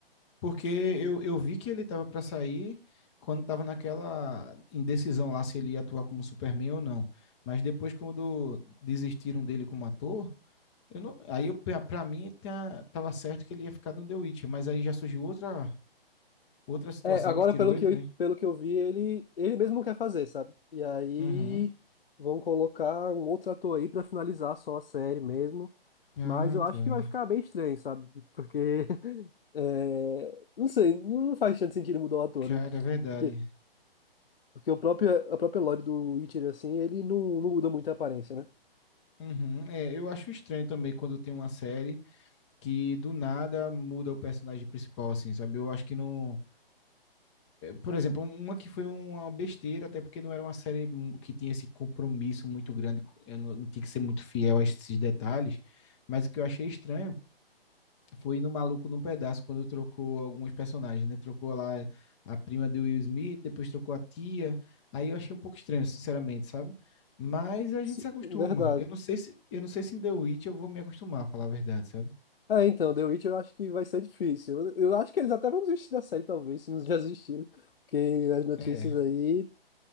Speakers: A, on the left (about 30°); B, on the left (about 65°).
A: Porque eu, eu vi que ele tava pra sair quando tava naquela indecisão lá se ele ia atuar como Superman ou não. Mas depois, quando desistiram dele como ator, eu não, aí eu, pra pra mim tá- tava certo que ele ia ficar no The Witch, mas aí já surgiu outra, outra situação
B: É, agora
A: que tirou
B: pelo
A: ele,
B: que
A: foi?
B: eu, pelo que eu vi, ele, ele mesmo quer fazer, sabe? E aí
A: Uhum.
B: vão colocar um outro ator aí pra finalizar só a série mesmo,
A: Ah,
B: mas eu acho
A: tá.
B: que vai ficar bem estranho, sabe? Porque... É, não sei, não faz tanto sentido mudar o ator,
A: Cara,
B: né?
A: é verdade.
B: Porque, porque o próprio, a própria Lore do Witcher, assim, ele não, não muda muito a aparência, né?
A: Uhum. É, eu acho estranho também quando tem uma série que do nada muda o personagem principal, assim, sabe? Eu acho que não. por exemplo, uma que foi uma besteira, até porque não era uma série que tinha esse compromisso muito grande, eu não, não tinha que ser muito fiel a esses detalhes, mas o que eu achei estranho foi no Maluco num Pedaço, quando trocou alguns personagens, né? Trocou lá a prima do Will Smith, depois trocou a tia, aí eu achei um pouco estranho, sinceramente, sabe? Mas a
B: Se-
A: gente se acostuma.
B: Verdade.
A: Eu não sei se, eu não sei se em The Witch eu vou me acostumar, a falar a verdade, sabe?
B: É, então, The Witcher eu acho que vai ser difícil. Eu, eu acho que eles até vão desistir da série, talvez, se não <laughs> já desistiram. Porque as notícias
A: É,
B: aí